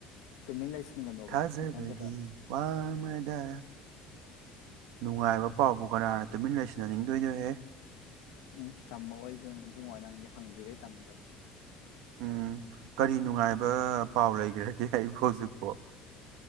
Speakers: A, on the left; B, on the right.
A: ꯇꯨꯃꯤꯟ ꯂꯩꯁꯤꯟꯒꯅꯣꯕ
B: ꯊꯥꯖꯕꯒꯤ
A: ꯃꯊꯪ ꯈꯛꯇ
B: ꯋꯥꯃꯗ ꯅꯨꯡꯉꯥꯏꯕ ꯄꯥꯎꯕꯨ ꯀꯅꯥꯅ ꯇꯨꯃꯤꯟ ꯂꯩꯁꯤꯟꯅꯅꯤꯡꯗꯣꯏꯅꯣꯍꯦ
A: ꯎꯝ ꯇꯝꯃꯛꯑꯣꯏꯕ ꯃꯕꯨꯡ ꯋꯥ ꯅꯪꯗꯤ ꯍꯪꯗ꯭ꯔꯤꯈꯩ ꯇꯝꯗꯕ
B: ꯎꯝ ꯀꯔꯤ ꯅꯨꯡꯉꯥꯏꯕ ꯄꯥꯎ ꯂꯩꯈ꯭ꯔꯒꯦ ꯑꯩꯕꯨ ꯍꯧꯖꯤꯛꯐꯥꯎ